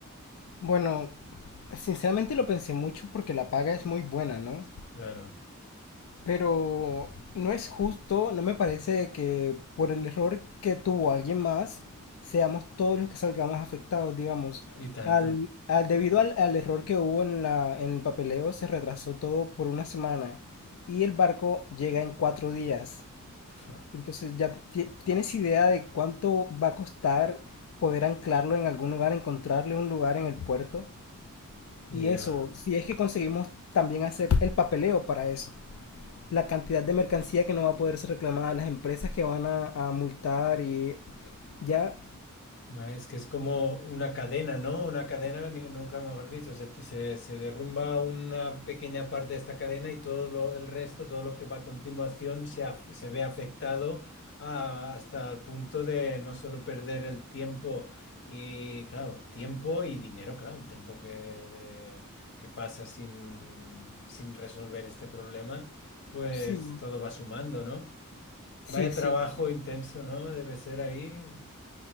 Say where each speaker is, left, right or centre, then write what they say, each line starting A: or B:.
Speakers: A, on the left; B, on the left.
A: Bueno, sinceramente lo pensé mucho porque la paga es muy buena, ¿no?
B: Claro.
A: Pero no es justo, no me parece que por el error que tuvo alguien más, seamos todos los que salgamos afectados, digamos.
B: Y tanto.
A: Al, al- debido al, al error que hubo en la, en el papeleo, se retrasó todo por una semana y el barco llega en cuatro días.
B: Fu,
A: Entonces ya ti- tienes idea de cuánto va a costar poder anclarlo en algún lugar, encontrarle un lugar en el puerto.
B: Ya.
A: Y eso, si es que conseguimos también hacer el papeleo para eso la cantidad de mercancía que no va a poder ser reclamada, las empresas que van a, a multar y ya,
B: Ma, Es que es como una cadena, ¿no? Una cadena, ni- nunca mejor dicho, se, se, se derrumba una pequeña parte de esta cadena y todo lo, el resto, todo lo que va a continuación, se, af- se ve afectado a- hasta el punto de no solo perder el tiempo y, claro, tiempo y dinero, claro, el tiempo que, de- que pasa sin, sin resolver este problema, pues
A: sí,
B: todo va sumando, ¿no?
A: sí,
B: Vaya
A: sí,
B: trabajo intenso, ¿no? Debe ser ahí.